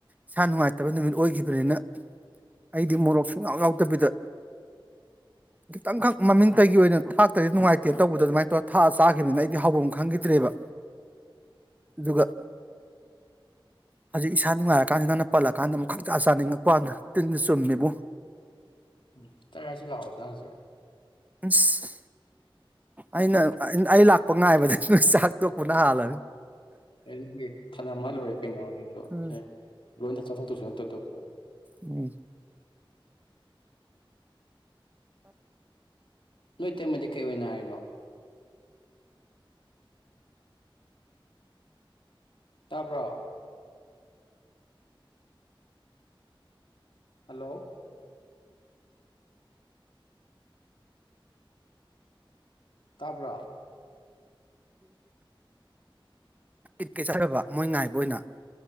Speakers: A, on the right (about 15°); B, on the left (about 65°).
A: ꯏꯁꯥ ꯅꯨꯡꯉꯥꯏ ꯐꯠꯇꯕ ꯅꯨꯃꯤꯠ ꯑꯣꯏꯈꯤꯕꯅꯤꯅ ꯑꯩꯗꯤ ꯃꯣꯔꯣꯛ ꯁꯨꯡꯍꯥꯎ ꯌꯥꯎꯗꯕꯤꯗ ꯈꯤꯇꯪꯈꯛ ꯃꯃꯤꯡꯇꯒꯤ ꯑꯣꯏꯅ ꯊꯥꯛꯇꯗꯤ ꯅꯨꯡꯉꯥꯏꯇꯦꯅ ꯇꯧꯕꯗ ꯑꯗꯨꯃꯥꯏꯅ ꯇꯧꯔꯒ ꯊꯥꯛꯑ ꯆꯥꯈꯤꯕꯅꯤꯅ ꯑꯩꯗꯤ ꯍꯥꯎꯐꯝ ꯈꯪꯈꯤꯗ꯭ꯔꯦꯕ
B: <inaudible> <unintelligible>
A: ꯌꯒꯥ ꯍꯧꯖꯤꯛ ꯏꯁꯥ ꯅꯨꯡꯉꯥꯏꯔꯀꯥꯟꯁꯤꯗ ꯅꯪꯅ ꯄꯜꯂꯀꯥꯟꯗ ꯑꯃꯨꯛ ꯈꯪ ꯆꯥ ꯆꯥꯅꯤꯡꯉꯛꯄ ꯀꯥꯟꯗ ꯇꯤꯟꯗ ꯆꯨꯝꯃꯦꯕ
B: ꯎꯝ ꯇꯥꯏꯒꯥꯏꯁꯤ ꯑꯗ ꯅꯖꯤ
A: ꯑꯁ ꯑꯩꯅ ꯑꯩ ꯂꯥꯛꯄ ꯉꯥꯏꯕꯗꯒꯤ ꯅꯣꯏ ꯆꯥꯛ ꯇꯣꯛꯄꯅ ꯍꯥꯜꯂꯅꯤ
B: ꯑꯦ ꯐꯅ ꯃꯥꯜꯂꯨꯔꯦ ꯀꯩꯅꯣ ꯑꯗꯨꯏꯁꯨ
A: ꯎꯝ
B: ꯑꯦ ꯂꯣꯏꯗ ꯆꯥꯊꯣꯛꯇꯁꯨ ꯅꯠꯇꯗꯐꯥꯎ
A: ꯎꯝ
B: ꯅꯣꯏ ꯇꯦꯝꯃꯗꯤ ꯀꯩ ꯑꯣꯏꯅ ꯍꯥꯏꯔꯤꯅꯣ ꯇꯥꯕ꯭ꯔꯣ ꯍꯜꯂꯣ ꯇꯥꯕ꯭ꯔꯥ
A: ꯏꯠꯀ ꯆꯥꯔꯕ ꯃꯣꯏ ꯉꯥꯏꯕ ꯑꯣꯏꯅ